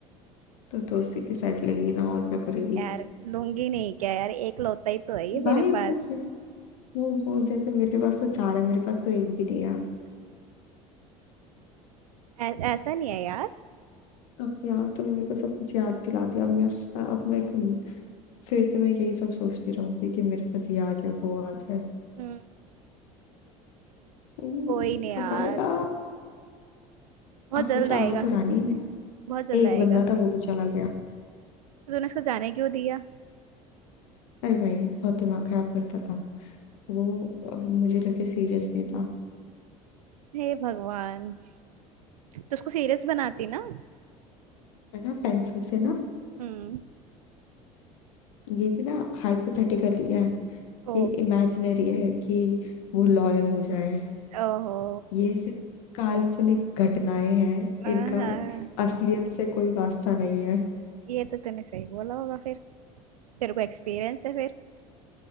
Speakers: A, on the left (about 75°); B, on the right (about 85°).
A: तो तो उसी की साइड लगी ना और क्या करेगी
B: यार लूंगी नहीं क्या यार एक लौता ही तो है ये
A: भाई
B: मेरे पास
A: बस वो वो जैसे मेरे पास तो चार है मेरे पास तो एक भी नहीं है
B: ऐ, ऐसा नहीं है यार
A: अब यार तूने मेरे को सब कुछ याद दिला दिया अब मैं अब मैं तो फिर से मैं यही सब सोचती रहूंगी कि मेरे पास ये आ जाए वो आ जाए
B: हम्म,
A: हम्म,
B: कोई नहीं यार
A: कब आएगा
B: बहुत
A: आ
B: जल्द
A: कुछ
B: आएगा
A: आ तो रानी है
B: बहुत जल्द
A: एक
B: आएगा
A: बंदा था वो भी चला गया
B: तो तूने इसको जाने क्यों दिया
A: अरे भाई बहुत दिमाग खराब करता था वो अ, मुझे लगे सीरियस नहीं था
B: हे भगवान तो उसको सीरियस बनाती ना
A: है ना पेंसिल से ना
B: हम्म
A: ये भी ना हाइपोथेटिकली है
B: ओ
A: ये इमेजिनरी है कि वो लॉयल हो जाए
B: ओहो
A: ये सिर्फ काल्पनिक घटनाएं हैं
B: आहा
A: इनका असलियत से कोई वास्ता नहीं है
B: ये तो तूने सही बोला होगा फिर तेरे को एक्सपीरियंस है फिर